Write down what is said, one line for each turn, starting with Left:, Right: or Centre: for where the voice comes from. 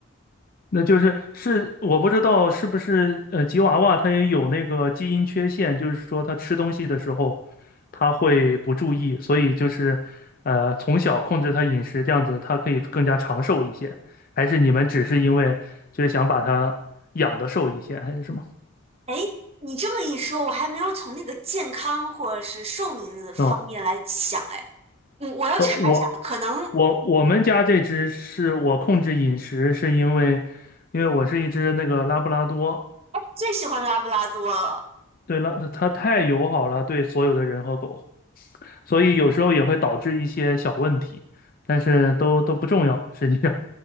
Left: 那就是是我不知道是不是呃吉娃娃它也有那个基因缺陷，就是说它吃东西的时候它会不注意，所以就是呃从小控制它饮食这样子，它可以更加长寿一些。还是你们只是因为就是想把它养的瘦一些，还是什么？
Right: 哎，你这么一说，我还没有从那个健康或者是寿命的方面来想。
Left: 哦
Right: 哎，我我要查一下，
Left: 呃，我
Right: 可能
Left: 我我们家这只是我控制饮食，是因为因为我是一只那个拉布拉多，
Right: 最喜欢拉布拉多了，
Left: 对拉它它太友好了，对所有的人和狗，所以有时候也会导致一些小问题，但是都都不重要。实际上，